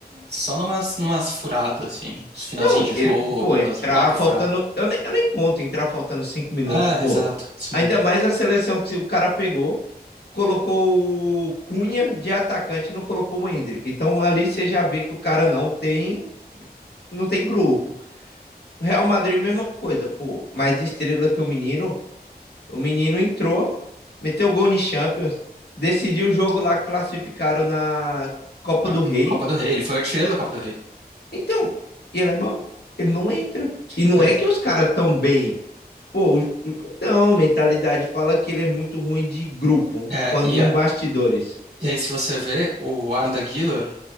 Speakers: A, on the right; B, on the left.
A: Só numas, numas furadas, assim. Uns finalzinhos
B: Não,
A: de jogo,
B: ele, pô,
A: umas
B: entrar
A: marca
B: faltando.
A: furar.
B: Eu nem, eu nem conto entrar faltando cinco minutos,
A: É,
B: pô.
A: exato. Isso mesmo.
B: Ainda mais a seleção que o cara pegou, colocou o Cunha de atacante e não colocou o Endrick. Então ali você já vê que o cara não tem, não tem grupo. Real Madrid, mesma coisa, pô. Mais estrela que o menino. O menino entrou, meteu gol no Champions, decidiu o jogo lá que classificaram na Copa
A: A
B: do Rei.
A: Copa do Rei. Ele foi o artilheiro da Copa do Rei.
B: Então, e ele é banco. Ele não entra. E não
A: Pois
B: é que
A: é.
B: os caras tão bem. Pô, os- então, mentalidade fala que ele é muito ruim de grupo,
A: É,
B: quando
A: e,
B: num
A: a-
B: bastidores.
A: e aí, se você vê, o Arda Güler,